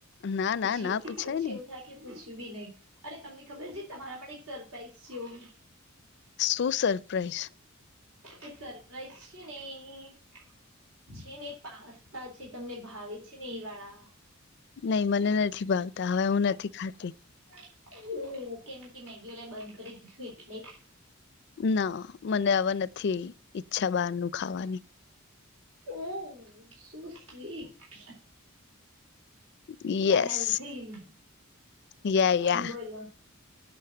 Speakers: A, on the left; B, on the right.
A: ના ના
B: પછી
A: ના પૂછાય
B: પછી
A: ને
B: એવું થાય કે પૂછ્યું બી નહીિ. અરે તમને ખબર છે તમારા માટે એક સરપ્રાાઈઝ છે.
A: શું સરપ્રાાઈઝ.
B: એ સરપ્રાઈઝ છે નહી. છે ને એ પાસ્તા છે તમને ભાવે છે ને એ વાળા.
A: નહી મને નથી ભાવતા હવે હું નથી ખાતી.
B: <unintelligible> ઓ કેમ કે મેગી વાલા બંધ કરી દીધું એટલે
A: ના મને આવા નથી ઈચ્છા બહાર નુ ખાવાની
B: ઓહ સુું sweet
A: yes
B: healthy
A: yeah yeah
B: બોલો.